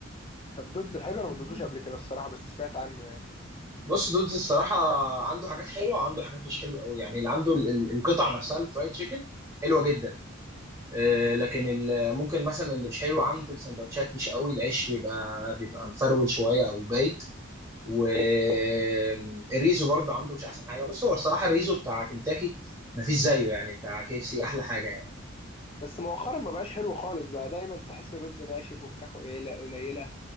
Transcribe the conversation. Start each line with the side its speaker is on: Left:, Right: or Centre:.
Left: طب دودز حلو
Right: يعني
Left: انا ما دوتوش قبل كده الصراحه بس سمعت عنه يعني
Right: بص دودز الصراحة عنده حاجات حلوة عنده حاجات مش حلوة قوي يعني اللي عنده ال- ال- القطع نفسها الفرايد تشيكن حلوة جدا آه،
Left: مم.
Right: لكن ال- ممكن مثلا اللي مش حلو عنده السندوتشات مش قوي العيش بيبقى بيبقى مفرول شوية أو بايت والريزو برضه عنده مش أحسن حاجة بص هو الصراحة الريزو بتاع كنتاكي مفيش زيه يعني بتاع كي اف سي أحلى حاجة يعني
Left: بس مؤخرا ما بقاش حلو خالص بقى دايما تحس الرز ناشف وفراخه قليله قليله